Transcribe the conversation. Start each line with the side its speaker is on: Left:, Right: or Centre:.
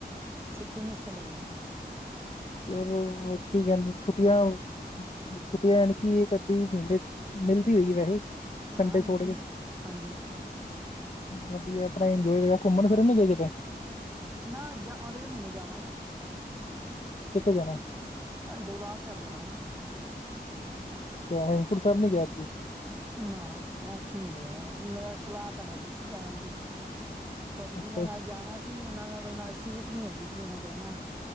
Right: ਛੁੱਟੀ ਮੁਸ਼ਕਿਲ ਲਗੀ ਐ।
Left: ਚਲੋ ਕੀ ਕਹਿੰਦੇ ਛੁੱਟੀਆਂ- ਛੁੱਟੀਆਂ ਯਾਨੀ ਕਿ ਇੱਕ -ਅੱਧੀ ਮਹੀਨੇ ਮਿਲਦੀ ਰਹੀ ਵੈਹੇ, ਸੰਡੇ
Right: ਹਾਂ ਮਿਲਦੀ
Left: ਛੋੜ ਕੇ।
Right: ਹੈ ਹਾਂਜੀ
Left: ਵਧੀਆ, ਆਪਣਾ ਇੰਜੋਏ ਵ ਘੁੰਮਣ- ਫਿਰਨ ਨੀ ਗਏ ਕਿਤੇ?
Right: ਨਾ ਜਾ ਅਗਲੇ ਮਹੀਨੇ ਜਾਵਾਂਗਾ।
Left: ਕਿੱਥੇ ਜਾਣਾ ਏ?
Right: ਦਰਬਾਰ ਸਾਹਿਬ ਜਾਵਾਂਗਾ।
Left: ਅੱਛਾ, ਹੇਮਕੂਟ ਸਾਹਿਬ ਨੂੰ ਗਏ ਐਤਕੀ?
Right: ਨਾ, ਐਦਕੀ ਨੀ ਗਿਆ, ਮੈਂ ਸਲਾਹ ਤਾਂ ਹੈਗੀ ਸੀ ਜਾਣ ਦੀ ਪਰ
Left: ਅੱਛਾ
Right: ਜੀਨਾਂ ਨਾਲ ਜਾਣਾ ਸੀ, ਉਹਨਾਂ ਨਾਲ ਕੋਲ ਨਾਲ ਸੀਟ ਨੀ ਹੈਗੀ ਸੀ ਉਹਨਾਂ ਕੋਲ ਨਾ।